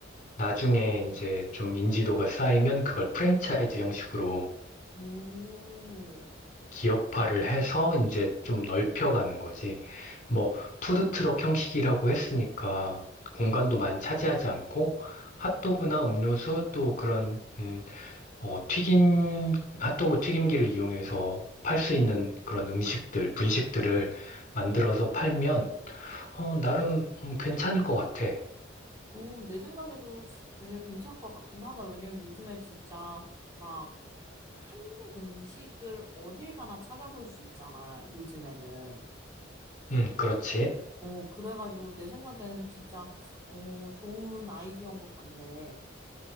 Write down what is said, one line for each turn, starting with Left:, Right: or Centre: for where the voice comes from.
Left: 나중에 이제 좀 인지도가 쌓이면 그걸 프랜차이즈 형식으로
Right: 오,
Left: 기업화를 해서 이제 좀 넓혀가는 거지. 뭐 푸드트럭 형식이라고 했으니까 공간도 많이 차지하지 않고 핫도그나 음료수 또 그런 음, 어, 튀김 핫도그 튀김기를 이용해서 팔 수 있는 그런 음식들, 분식들을 만들어서 팔면 어, 나름 음, 괜찮을 것 같아.
Right: 오, 내 생각에도 되게 괜찮을 것 같긴 하다. 왜냐면 요즘에 진짜 막 한국 음식을 어딜 가나 찾아볼 수 있잖아, 요즘에는.
Left: 음, 그렇지.
Right: 어, 그래가지고 내 생각에는 진짜, 어, 좋은 아이디어인 것 같네.